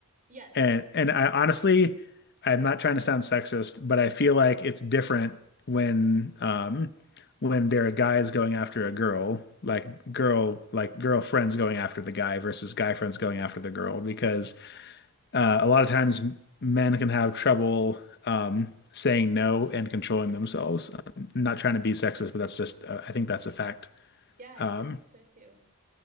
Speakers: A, on the right; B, on the left.
A: Yes.
B: And and I honestly, I'm not trying to sound sexist, but I feel like it's different when um when there are guys going after a girl, like girl like girlfriends going after the guy versus guy friends going after the girl, because uh, a lot of times men can have trouble um saying no and controlling themselves. I'm not trying to be sexist, but that's just uh, I think that's a fact.
A: Yeah, I,
B: Um,
A: I think so too.